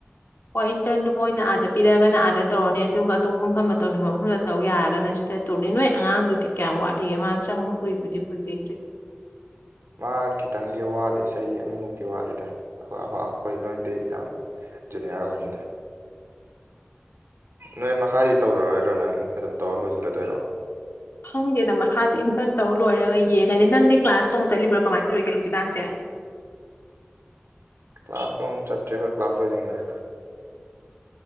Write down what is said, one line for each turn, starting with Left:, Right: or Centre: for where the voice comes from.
Left: ꯍꯣꯏ ꯏꯟꯇꯔꯟꯗꯣ ꯃꯣꯏꯅ ꯑꯥꯗ ꯄꯤꯔꯛꯑꯒꯅ ꯑꯥꯗ ꯇꯧꯔꯅꯤ ꯑꯗꯨꯒ ꯑꯇꯣꯞꯄ ꯃꯐꯝꯗ ꯇꯧꯅꯤꯡꯕ ꯃꯐꯝꯗ ꯇꯧ ꯌꯥꯔꯒꯅ ꯁꯤꯗ ꯇꯣꯅꯤ ꯅꯣꯏ ꯑꯉꯥꯡꯗꯨꯗꯤ ꯀꯌꯥꯝ ꯋꯥꯠꯂꯤꯒꯦ ꯃꯥ ꯆꯪꯕ ꯀꯨꯏꯕꯨꯗꯤ ꯀꯨꯏꯒꯤꯗ꯭ꯔꯤ
Right: ꯃꯥ ꯈꯤꯇꯪꯗꯤ ꯋꯥꯠꯂꯤ ꯆꯍꯤ ꯑꯅꯤꯃꯨꯛꯇꯤ ꯋꯥꯠꯂꯤꯗ ꯑꯈꯣꯏ ꯑꯈꯣꯏ ꯑꯈꯣꯏ ꯅꯣꯏꯗꯩ ꯌꯥꯝ ꯖꯨꯅꯤꯌꯥꯔ ꯑꯣꯏꯅꯤꯗ ꯅꯣꯏ ꯃꯈꯥꯗꯤ ꯇꯧꯗꯔꯣꯏꯗ꯭ꯔꯣ ꯅꯪ ꯑꯗꯨꯝ ꯇꯧꯔ ꯂꯣꯏꯁꯜꯂꯗꯣꯏꯔꯣ
Left: ꯈꯪꯗꯦꯗ ꯃꯈꯥꯥꯖꯦ ꯏꯟꯇꯔꯟ ꯇꯧ ꯂꯣꯏꯔꯒ ꯌꯦꯡꯉꯅꯤ ꯅꯪꯗꯤ ꯀ꯭ꯂꯥꯁ ꯅꯨꯡ ꯆꯠꯂꯤꯕ꯭ꯔꯥ ꯀꯃꯥꯏꯟ ꯇꯧꯔꯤꯒꯦ ꯍꯧꯖꯤꯛꯀꯥꯟꯁꯦ
Right: ꯀ꯭ꯂꯥꯁ ꯅꯨꯡ ꯆꯠꯇ꯭ꯔꯦ ꯑꯈꯣꯏ ꯀ꯭ꯂꯥꯁ ꯂꯣꯏꯗ꯭ꯔꯤꯉꯥꯏꯗ